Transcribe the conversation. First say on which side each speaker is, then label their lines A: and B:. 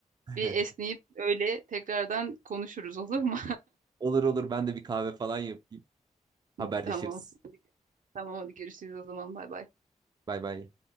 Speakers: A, on the right; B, on the right.
A: <laughs>
B: Bir esneyip öyle tekrardan konuşuruz olur mu?
A: Olur olur ben de bir kahve falan yapayım. Haberleşiriz.
B: <laughs> Tamam. Tamam hadi görüşürüz o zaman bay bay.
A: Bay bay.